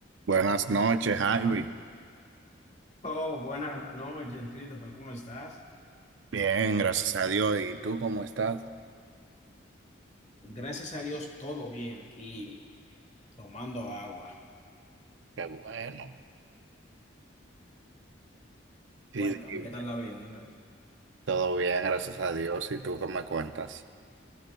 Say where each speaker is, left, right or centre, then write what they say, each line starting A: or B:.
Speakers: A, on the right; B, on the left.
A: Buenas noches, Ivy.
B: Oh, buenas noches, Christopher, ¿cómo estás?
A: Bien, gracias a Dios. ¿Y tú cómo estás?
B: Gracias a Dios, todo bien aquí, tomando agua.
A: Qué bueno. Y,
B: Cuéntame,
A: y
B: ¿qué tal la vida? Dime a ver.
A: todo bien, gracias a Dios. ¿Y tú qué me cuentas?